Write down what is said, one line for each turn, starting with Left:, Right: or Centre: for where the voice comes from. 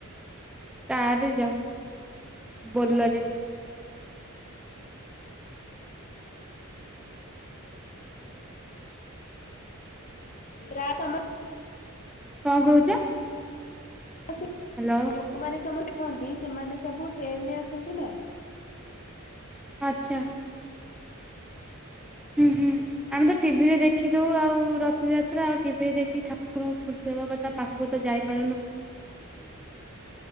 Centre: କାର୍ ରେ ଯାଉ ବୋଲର୍ ରେ
Left: ରା ତମର
Centre: କଁ କହୁଚ?
Left: <inaudible>
Centre: ହାଲୋ।
Left: ଯୋଉମାନେ ସମସ୍ତେ କୁହନ୍ତି ସେମାନେ ସବୁ ଟ୍ରେନ୍ ରେ ଆସନ୍ତି ନା।
Centre: ଆଚ୍ଛା। ଉଁ ହୁଁ। ଆମେ ତ ଟିଭିରେ ଦେଖିଦଉ ଆଉ ରଥଯାତ୍ରା ଆଉ ଟିଭିରେ ଦେଖି ଠାକୁରଙ୍କୁ ଖୁସି ହବା କଥା ପାଖ କୁ ତ ଯାଇପାରୁନୁ।
Left: <inaudible>